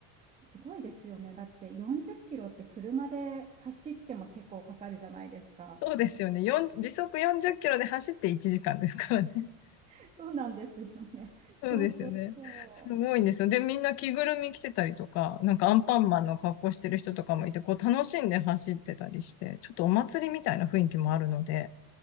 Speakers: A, on the right; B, on the left.
A: すごいですよね。だって40キロって車で走っても結構かかるじゃないですか。
B: そうですよね。よん時速40キロで走って1時間ですからね。
A: <laughs> そうなんですよね。<laughs> そうそうそう。
B: そうですよね。すごいんですよ。で、みんな着ぐるみ着てたりとか、なんかアンパンマンの格好してる人とかもいて、こう楽しんで走ってたりして、ちょっとお祭りみたいな雰囲気もあるので、